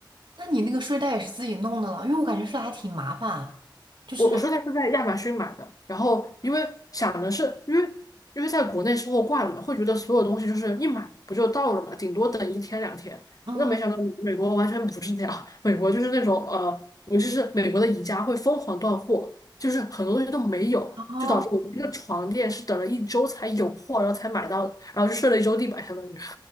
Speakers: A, on the right; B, on the left.
A: 那你那个睡袋也是自己弄的了？因为我感觉睡袋还挺麻烦，就是
B: 我我说它是在亚马逊买的，然后因为想的是，因为因为在国内收货惯了嘛，会觉得所有东西就是一买不就到了嘛，顶多等一天两天。
A: 嗯
B: 那没想到美国完全不是这样，美国就是那种呃，尤其是美国的宜家会疯狂断货，就是很多东西都没有，
A: 哦，
B: 就导致我们这个床垫是等了一周才有货，然后才买到的，然后就睡了一周地板，相当于